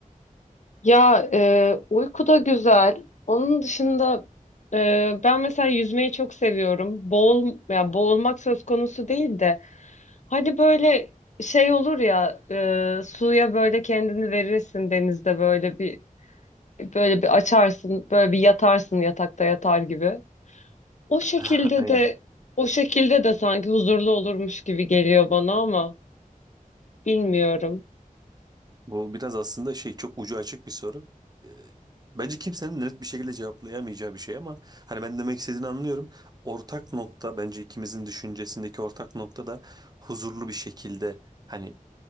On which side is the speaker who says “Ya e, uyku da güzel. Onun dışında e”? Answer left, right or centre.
Left